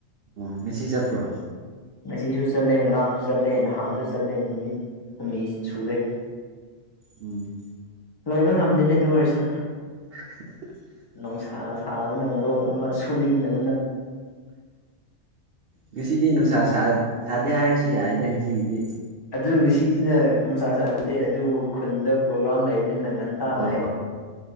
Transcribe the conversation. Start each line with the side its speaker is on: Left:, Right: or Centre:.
Right: ꯑꯣ ꯉꯁꯤ ꯆꯠꯄ꯭ꯔꯣ
Left: ꯉꯁꯤꯁꯨ ꯆꯠꯂꯦ ꯉꯔꯥꯡꯁꯨ ꯆꯠꯂꯦ ꯅꯍꯥꯟꯁꯨ ꯆꯠꯂꯦ ꯅꯨꯃꯤꯠ ꯍꯨꯝꯅꯤ ꯁꯨꯔꯦ
Right: ꯎꯝ
Left: ꯂꯣꯏꯕ ꯉꯝꯗꯣꯏꯅꯤ ꯑꯗꯨ ꯑꯣꯏꯔꯁꯨ
Right: <inaudible>
Left: ꯅꯨꯡꯁꯥ ꯁꯥꯕꯅ ꯃꯔꯣꯜ ꯑꯃ ꯁꯨꯅꯤꯡꯗꯕ
Right: ꯎꯝ ꯁꯤꯗꯅꯅꯨꯡꯁꯥ ꯁꯥ ꯆꯥꯗꯦ ꯍꯥꯏꯔꯁꯨ ꯌꯥꯏ ꯅꯪ ꯁꯤꯒꯤꯗꯤ
Left: ꯑꯗꯨ ꯃꯤꯁꯤꯁꯤꯅ ꯅꯨꯡꯁꯥ ꯆꯥꯗꯦ ꯑꯗꯨꯕꯨ ꯈꯨꯟꯗ ꯄ꯭ꯔꯣꯒ꯭ꯔꯥꯝ ꯂꯩꯕ ꯅꯤ ꯅ ꯉꯟꯇꯥ
Right: ꯑꯣ
Left: ꯂꯥꯛꯑꯦ